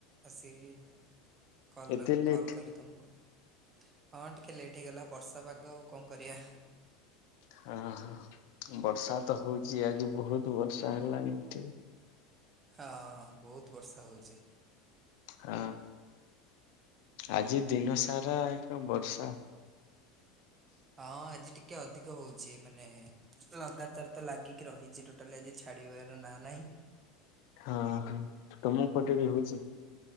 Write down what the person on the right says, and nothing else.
ଆସିକି କଲ୍
କଲ୍ କଲି ତମ କୁହ ହଁ ଟିକେ ଲେଟ୍ ହେଇଗଲା ବର୍ଷା ପାଗ ଆଉ କଣ କରିବା?
ହଁ ବହୁତ ବର୍ଷା ହଉଛି।
ହଁ ଆଜି ଟିକେ ଅଧିକ ହଉଛି ମାନେ ଲଗାତାର ତ ଲାଗିକି ରହିଛି ଟୋଟାଲି ଆଜି ଛାଡିବାର ନାଁ ନାହିଁ